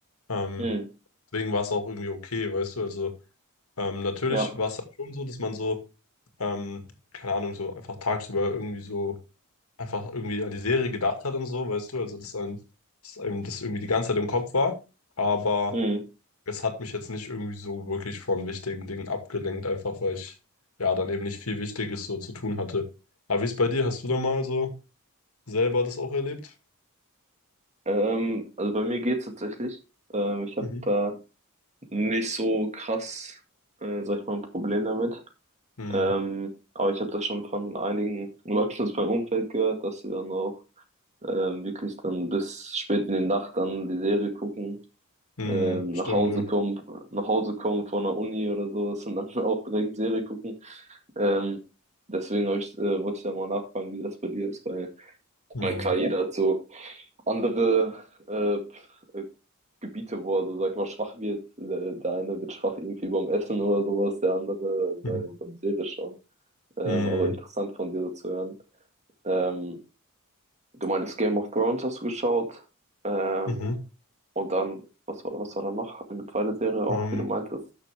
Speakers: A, on the left; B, on the right.
A: Ähm,
B: Mhm.
A: deswegen war es auch irgendwie okay, weißt du? Also Ähm, natürlich
B: Ja.
A: war es dann schon so, dass man so, ähm, keine Ahnung, so einfach tagsüber irgendwie so einfach irgendwie an die Serie gedacht hat und so, weißt du, also dass einem, dass einem das irgendwie die ganze Zeit im Kopf war, aber
B: Mhm.
A: es hat mich jetzt nicht irgendwie so wirklich von wichtigen Dingen abgelenkt, einfach weil ich ja dann eben nicht viel Wichtiges so zu tun hatte. Aber wie ist bei dir? Hast du da mal so selber das auch erlebt?
B: Ähm, also bei mir geht's tatsächlich. Ähm, ich habe
A: Mhm.
B: da nicht so krass, äh, sag ich mal, ein Problem damit.
A: Mhm.
B: Ähm, aber ich habe das schon von einigen <laughs> Leuten aus meinem Umfeld gehört, dass sie dann auch ähm, wirklich dann bis spät in die Nacht dann die Serie gucken,
A: Mhm.
B: ähm,
A: Stimmt,
B: nach Hause
A: ja.
B: kommen, nach Hause kommen von der Uni oder sowas und dann <laughs> auch direkt Serie gucken. Ähm, deswegen hab ich, äh, wollte ich da mal nachfragen, wie das bei dir ist, weil
A: Mhm.
B: mein klar, jeder hat so andere äh, äh, Gebiete, wo er so, sag ich mal, schwach wird. Der, der eine wird schwach irgendwie beim Essen oder sowas, der andere bei,
A: Mhm.
B: beim Serie schauen. Ähm,
A: Mhm.
B: aber interessant von dir so zu hören. Ähm, du meintest Game of Thrones hast du geschaut. Ähm,
A: Mhm. Mhm.
B: und dann, was war, was war da noch? Eine zweite Serie auch,
A: Ähm,
B: die du meintest.